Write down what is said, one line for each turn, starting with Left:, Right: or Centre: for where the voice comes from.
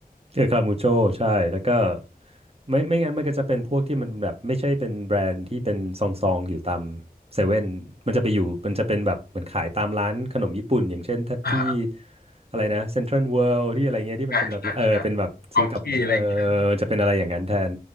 Right: เออคามูโจใช่แล้วก็ไม่ไม่งั้นมันก็จะเป็นพวกที่มันแบบไม่ใช่เป็นแบรนด์ที่เป็นซองซองอยู่ตามเซเว่นมันจะไปอยู่มันจะเป็นแบบเหมือนขายตามร้านขนมญี่ปุ่นอย่างเช่นที่
Left: อ่า
Right: อะไรนะเซ็นทรัลเวิลด์ที่อะไรเงี้ยที่มันเป็นแบบเออเป็นแบบซื้อกับเออ
Left: ใช่ใช่ใช่ของที่อะไรอย่างเงี้ย
Right: มันจะเป็นอะไรอย่างนั้นแทน